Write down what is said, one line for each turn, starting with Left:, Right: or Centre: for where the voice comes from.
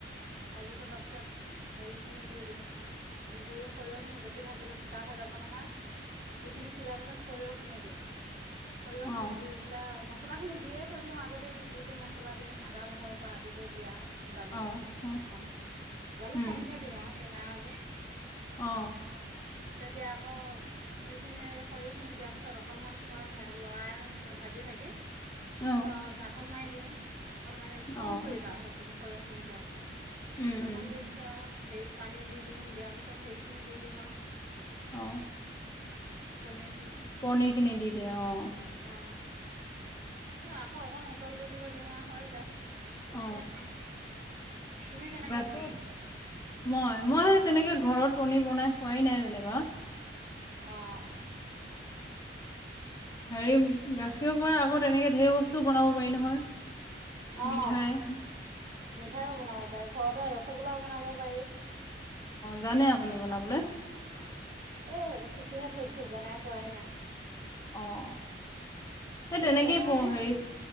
Right: ভাজি থকাৰ পিছত হেৰিখিনি দি দিওঁ, দে সৰিয়হখিনি বেছি ভাজিলে তিতা হৈ যাব নহয়। সেইখিনি সিজাৰ পিছত সৰিয়হখিনি দিওঁ, সৰিয়হখিনি
Left: অ',
Right: দি পেলাই ম মছলাখিনি দিয়ে থৈ দিও আগতে যি - যি মছলা দিও আদা নহৰুৰ পৰা আদি কৰি জিৰা জালুক,
Left: অ', অ',
Right: অকণ জালুক
Left: উম,
Right: কমকৈ দিওঁ আৰু টেঙা যে।
Left: অ।
Right: তেতিয়া আকৌ সেইখিনি সৰিয়হখিনি দিয়াৰ পিছত অকণমান সময় লৰাই ভাজি জ থাকে।
Left: অ',
Right: ঢাকোন মাৰি দিওঁ ঢাকোন মাৰি
Left: অ',
Right: কম জুইত আৰু সেইখিনি সৰিয়হখিনি দিয়াৰ পিছত
Left: উম, উম,
Right: ণ দি পিছত হেৰি পানী দি দিওঁ দিয়াৰ পিছত সেইৰিখিনি দি দিওঁ আৰু
Left: আহ
Right: পনে
Left: পনীৰ খিনি দি দিয়া অ
Right: অঁ আকৌ অকণ উতল দিবলৈ দিম হৈ যায় তেনেকৈয়ে
Left: অ
Right: খাওঁ তুমি কেনেকৈ
Left: বাকী
Right: বনোৱা
Left: মই মই তেনেকে ঘৰত পনিৰ বনাই খোৱাই নাই যেনিবা
Right: আহঁ
Left: হেৰি গাখীৰ পৰা আকৌ তেনেকে ঢেৰ বস্তুও বনাব পাৰি নহয়
Right: অঁ
Left: মিঠাই
Right: মিঠাইও বনাব পাৰি ঘৰতে ৰসগোল্লাও বনাব পাৰি অ
Left: জানে আপুনি বনাবলে?
Right: জানে আপুনি বনাবলে এ কিহে থৈ দিছোঁ বনাই পোৱাই নাই
Left: আহ স
Right: তুমি
Left: তেনেকেই
Right: বনোৱা নে?
Left: হেৰি